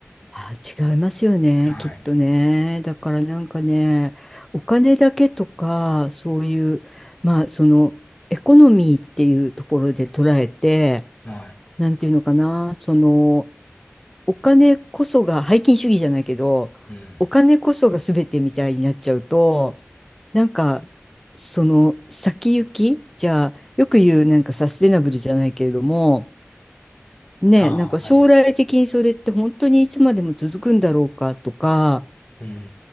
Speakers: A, in the centre; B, on the left.
A: あ、違いますよね、
B: はい。
A: きっとね。だからなんかね、お金だけとか、そういう、まあ、その、エコノミーっていうところで捉えて、
B: は
A: なんていうのかな、その、お金こそが、拝金主義じゃないけど、
B: い。うん。
A: お金こそが全てみたいになっちゃうと、なんか、その、先行き、じゃあ、よく言う、なんかサステナブルじゃないけれども、ねえ、
B: ああ、
A: なんか将来的にそれって本当にいつまでも続くんだろうかとか、
B: はい。うん。